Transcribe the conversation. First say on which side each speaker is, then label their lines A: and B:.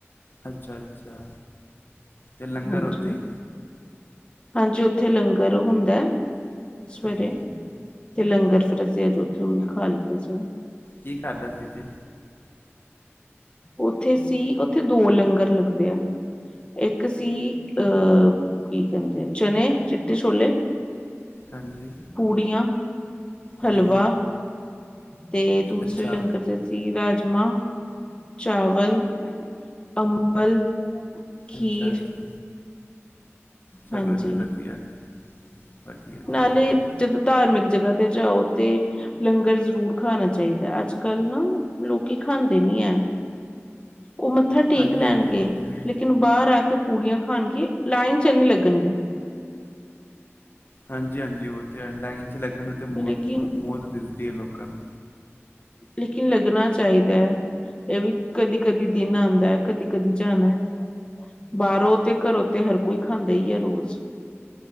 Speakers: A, on the left (about 50°); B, on the left (about 20°).
A: ਅੱਛਾ, ਅੱਛਾ। ਤੇ ਲੰਗਰ
B: ਹਾਂਜੀ,
A: ਉੱਥੇ ਹੀ
B: ਹਾਂਜੀ ਉਥੇ ਲੰਗਰ ਹੁੰਦੈ, ਸਵੇਰੇ।
A: ਹਾਂਜੀ
B: ਤੇ ਲੰਗਰ ਫਿਰ ਅਸੀ ਅਜ ਉੱਥੇ ਓਈ ਖਾ ਲਿਤਾ ਸੀ।
A: ਕੀ ਖਾਦਾ ਸੀ ਜੇ?
B: ਓਥੇ ਸੀ, ਓਥੇ ਦੋ ਲੰਗਰ ਲਗਦੈ। ਇਕ ਸੀ ਅ, ਕੀ ਕਹਿੰਦੇ ਚਨੇ, ਚਿੱਟੇ ਛੋਲੇ। <inaudible>
A: ਹਾਂਜੀ।
B: ਪੂੜੀਆਂ,
A: ਹਮ,
B: ਹਲਵਾ, ਤੇ ਦੂਸਰੇ
A: ਅੱਛਾ
B: ਲੰਗਰ ਵਿੱਚ ਸੀ ਰਾਜਮਾ ਚਾਵਲ, ਅੰਬਲ। ਖੀਰ
A: ਅੱਛਾ, ਅੱਛਾ। ਚਲੋ
B: ਹਾਂਜੀ,
A: ਜੀ ਵਧੀਆ ਵਧੀਆ ਜੀ
B: ਨਾਲੇ
A: ਵਧੀਆ
B: ਜਦੋ ਧਾਰਮਿਕ ਜਗਾ ਤੇ ਜਾਓ ਤੇ ਲੰਗਰ ਜ਼ਰੂਰ ਖਾਨਾ ਚਾਈਦਾ ਅਜ ਕਲ ਨਾ, ਲੋਕੀ ਖਾਂਦੇ ਨੀ ਹੈ। ਓ ਮੱਥਾ ਟੇਕ
A: ਹਾਂਜੀ
B: ਲੈਨਗੇ,
A: ਹਾਂਜੀ ਉਹ
B: ਲੇ
A: ਤੇ ਹੈ
B: ਲੇਕਿਨ ਬਾਰ ਆਕੇ ਪੂੜੀਆਂ ਖਾਨਗੇ ਲਾਈਨਚ ਨੀ ਲਗਨਗੇ।
A: ਹਾਂਜੀ, ਹਾਂਜੀ ਉਥੇ ਲਾਈਨ ਚ ਲਗਨ ਤੇ ਮੌਤ,
B: ਲੇਕਿਨ
A: ਮੌਤ ਦਿਸਦੀ ਏ ਲੋਕਾਂ ਨੂੰ
B: ਲੇਕਿਨ ਲਗਨਾ ਚਾਹੀਦਾ ਏ। ਏਵੀ ਕਦੀ, ਕਦੀ ਦਿਨ ਆਂਦਾ ਕਦੀ, ਕਦੀ ਜਾਣੈ। ਬਾਹਰੋ ਤੇ, ਘਰੋ ਤੇ ਹਰ ਕੋਈ ਖਾਂਦਾਈ ਏ ਰੋਜ਼।